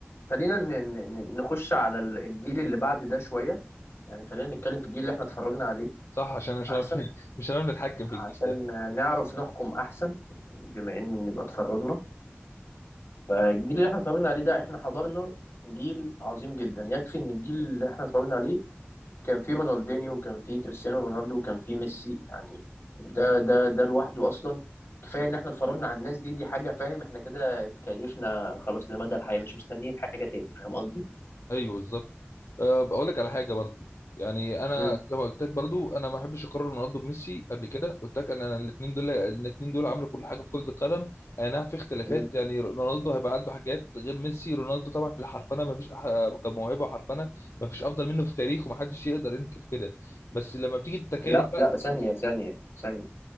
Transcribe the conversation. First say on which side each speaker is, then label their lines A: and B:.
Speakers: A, on the left; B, on the left.
A: خلينا ن- ن- ن- نخش على ال- الجيل اللي بعد ده شويه يعني خلينا نتكلم في الجيل اللي احنا اتفرجنا عليه
B: صح عشان أنا مش
A: احسن
B: عارف <laughs> مش هنعرف نتحكم
A: عشان
B: في الجيل
A: نعرف نحكم احسن بما ان نبقى اتفرجنا فالجيل اللي احنا اتفرجنا عليه ده احنا حضرنا جيل عظيم جدا يكفي ان الجيل اللي احنا اتفرجنا عليه كان فيه رونالدينيو وكان فيه كريستيانو رونالدو وكان فيه ميسي يعني ده ده ده لوحده اصلا كفايه ان احنا اتفرجنا على الناس دي دي حاجه فاهم احنا كده اتكيفنا خلاص لمدى الحياه مش مستنيين حاجه تاني فاهم قصدي؟
B: ايوه بالظبط أه بقول لك على حاجه برضو يعني انا
A: مم.
B: لما قلت لك برضو انا ما بحبش اقرر رونالدو بميسي قبل كده قلت لك انا الاثنين دول الاثنين دول عملوا كل حاجه في كره القدم اي نعم في اختلافات
A: مم.
B: يعني رونالدو هيبقى عنده حاجات غير ميسي رونالدو طبعا في الحرفنه ما فيش أح- كموهبه وحرفنه ما فيش افضل منه في التاريخ ومحدش يقدر ينكر كده بس لما بتيجي التكامل
A: لا
B: بقى
A: لا ثانيه ثانيه ثانيه